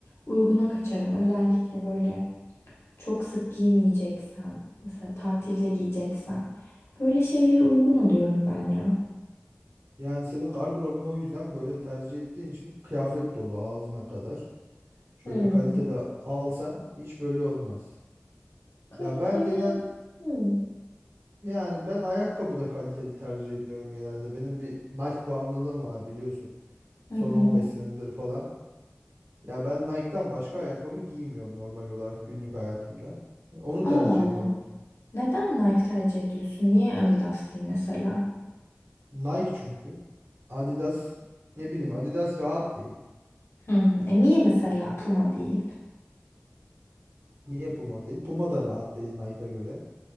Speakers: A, on the left (about 75°); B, on the right (about 70°).
A: uyguna kaçarım. Özellikle böyle çok sık giymeyeceksem, mesela tatilde giyeceksem böyle şeylere uygun oluyorum ben ya.
B: Yani senin gardırobun o yüzden böyle tercih ettiğin için kıyafet dolu ağzına kadar. Şöyle
A: Hmm.
B: kaliteli alsan hiç böyle olmaz.
A: Kaliteli.
B: Ya ben genel
A: Hmm.
B: yani ben ayakkabı da kaliteli tercih ediyorum genelde. Benim bir Nike bağımlılığım var biliyorsun. Son
A: Hı hı.
B: 15 senedir falan. Ya ben Nike'dan başka ayakkabı giymiyorum normal olarak günlük hayatımda. Onu tercih
A: Allah Allah.
B: ediyorum.
A: Neden Nike tercih ediyorsun? Niye Adidas değil mesela?
B: Nike çünkü. Adidas ne bileyim Adidas rahat değil.
A: Hmm, e niye mesela Puma değil?
B: Niye Puma değil? Puma da rahat değil Nike'a göre.